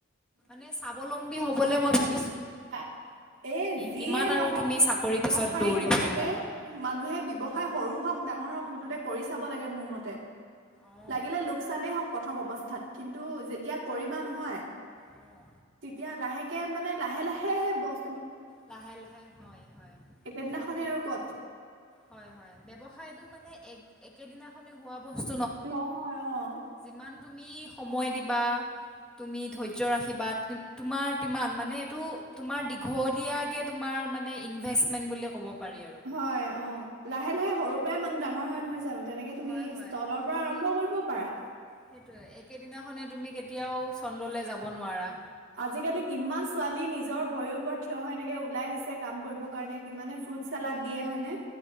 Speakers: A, in the centre; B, on the right.
A: ম স্বাৱলম্বী হ হবলে মই ভো
B: এ এ যিয়ে
A: কিমান আৰু
B: নহওক
A: তুমি
B: তোমাৰ
A: চাকৰিৰ
B: ব্য্ৱসায়ত
A: পিছত দৌৰি
B: মুঠতে
A: ফুৰিবা
B: মানুহে ব্য্ৱসায় সৰু হওক ডাঙৰ ক মুঠতে কৰি চাব লাগে মোৰ মতে
A: অঁ
B: লাগিলে লোকচানেই হওঁক প্ৰথম অৱস্থাত কিন্তু যেতিয়া কৰিবা নহয়
A: অঁ
B: তেতিয়া লাহেকে মানে লাহে লাহে সেহে বস
A: লাহে লাহে হয় হয়
B: একেদিনাখনে
A: মানে
B: আৰু ক'ত
A: হয় হয় ব্ৱসায়টো মানে এক একেদিনাখনে হোৱা বস্তু
B: নহয় আহ
A: যিমান তুমি সময় দিবা তুমি ধৈৰ্য ৰাখিবা তোমাৰ মান মানে এইটো তোমাৰ দীঘল তে তোমাৰ মানে ইনভেষ্টমেণ্ট বুলি ক'ব পাৰি আৰু
B: হয় অ লাহে লাহে সৰু প্ৰায় মানহ ডাঙৰ হয় নহয় জান তেনেকে তুমি
A: হয় হয়
B: তলৰ পৰা
A: তুমি
B: আৰম্ভ কৰিব পাৰা,
A: সেইটোৱে একেদিনাখনে তুমি কেতিয়াও চন্দ্ৰলৈ যাব নোৱাৰা
B: আজিকালি কিমান ছোৱালী নিজৰ ভৰিৰ ওপৰত থিয় হৈ এনেকে ওলাই আহিছে কাম কৰিব কাৰণে কিমানে ফ্ৰুত চালাড দিয়ে হয়নে?